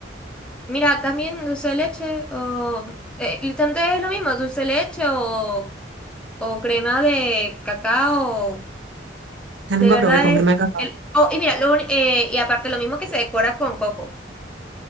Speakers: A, in the centre; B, on the right.
A: Mira, también dulce de leche o... eh, literalmente es lo mismo, dulce de leche o, o crema de cacao.
B: o sea,
A: De
B: nunca
A: verdad
B: probé con
A: es...
B: crema de cacao.
A: El, oh, y mira, lo uni- eh, y aparte lo mismo que se decora con coco.